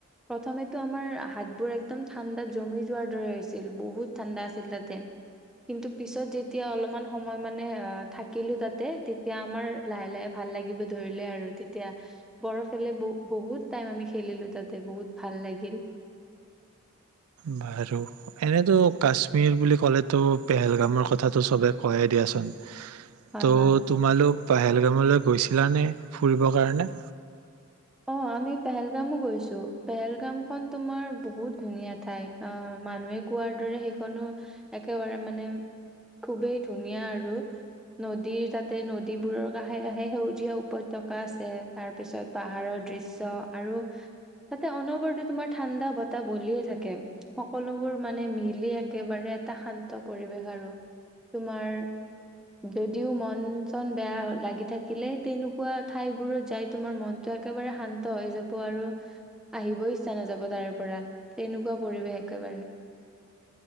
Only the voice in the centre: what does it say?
প্ৰথমেতো আমাৰ হাতবোৰ একদম ঠাণ্ডাত জমি যোৱাৰ দ হৈছিল বহুত ঠাণ্ডা আছিল তাতে কিন্তু পিছত যেতিয়া অলপমান সময় মানে থাকিলো তাতে তেতিয়া আমাৰ লাহে লাহে ভাল লাগিব ধৰিলে আৰু তেতিয়া বৰফ এলে বহুত টাইম আমি খেলিলো তাতে বহুত ভাল লাগিল
হয়
হয়
অ আমি পেহেলগামো গৈছো পেহেলগাম খন তোমাৰ বহুত ধুনীয়া ঠাই অ মানুহে কোৱাৰ দৰে সেইখনো একেবাৰে মানে খুবেই ধুনীয়া আৰু নদীৰ তাতে নদীবোৰৰ কাষে কাষে সেউজীয়া উপত্যকা আছে তাৰ পিছত পাহাৰৰ দৃশ্য আৰু তাতে অনবৰতে তোমাৰ ঠাণ্ডা বতাহ বলিয়ে থাকে সকলোবোৰ মানে মিলি একেবাৰে এটা শান্ত পৰিৱেশ আৰু তোমাৰ যদিও মন চন বেয়া লাগি থাকিলে তেনেকুৱা ঠাইবোৰত যাই তোমাৰ মন টো একেবাৰে শান্ত হৈ যাব আৰু আহিব ইচ্ছা নাযাব তাৰে পৰা তেনেকুৱা পৰিৱেশ একেবাৰে